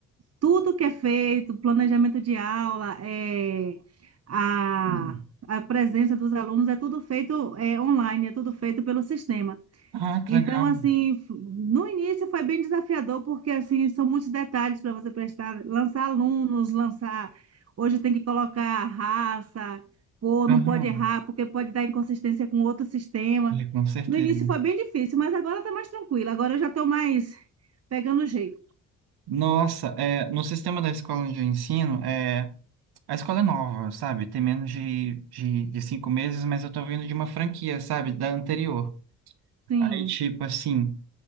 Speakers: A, on the right; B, on the right.
A: tudo que é feito, planejamento de aula, é, a,
B: hum.
A: a presença dos alunos, é tudo feito é, online, é tudo feito pelo sistema.
B: ah, que
A: Então,
B: legal.
A: assim, f- no início foi bem desafiador, porque, assim, são muitos detalhes para você prestar, lançar alunos, lançar... Hoje tem que colocar raça, cor,
B: Aham.
A: não pode errar, porque pode dar inconsistência com outro sistema.
B: É, com certeza.
A: No início foi bem difícil, mas agora está mais tranquilo. Agora eu já estou mais pegando o jeito.
B: Nossa, é, no sistema da escola onde eu ensino, é, a escola é nova, sabe? Tem menos de, de, de cinco meses, mas eu tô vindo de uma franquia, sabe? Da anterior.
A: Sim.
B: Aí, tipo assim.